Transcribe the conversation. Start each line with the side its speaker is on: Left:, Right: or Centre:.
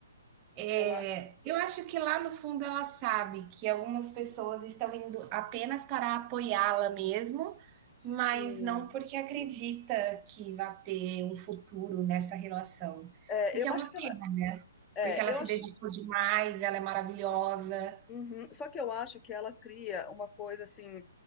Right: é,
Left: ela,
Right: eu acho que lá no fundo ela sabe que algumas pessoas estão indo apenas para apoiá-la mesmo,
Left: sim.
Right: mas não porque acredita que vai ter um futuro nessa relação.
Left: É,
Right: O que
Left: eu
Right: é uma
Left: acho que
Right: pena,
Left: ela, é,
Right: porque ela
Left: eu
Right: se
Left: acho,
Right: dedicou demais, ela é maravilhosa.
Left: uhum. Só que eu acho que ela cria uma coisa assim,